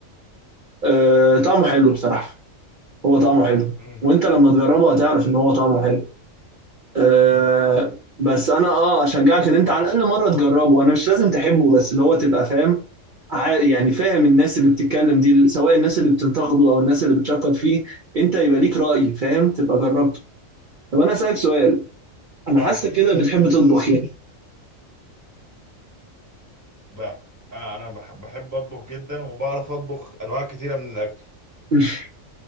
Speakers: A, on the right (about 45°); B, on the right (about 15°).
A: أه طعمه حلو بصراحة هو طعمه حلو
B: امم
A: وأنت لما تجربه هتعرف إن هو طعمه حلو أه
B: امم
A: بس أنا أه أشجعك إن أنت على الأقل مرة تجربه أنا مش لازم تحبه بس اللي هو تبقى فاهم ع- يعني فاهم الناس اللي بتتكلم دي سواء الناس اللي بتنتقده او الناس اللي بتشكر فيه انت يبقى ليك رأي فاهم تبقى جربته طب انا اسالك سؤال انا
B: فاهمك
A: حاسس كده بتحب تطبخ
B: امم
A: يعني
B: بقى انا بح- بحب اطبخ جدا وبعرف اطبخ انواع كتيره من الاكل
A: <laughs>